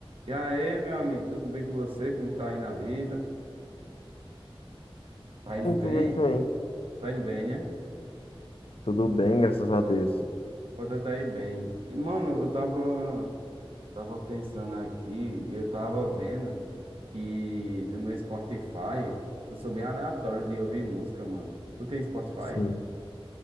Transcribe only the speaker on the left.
Muito
bem também.
Tudo bem, graças a Deus.
Sim.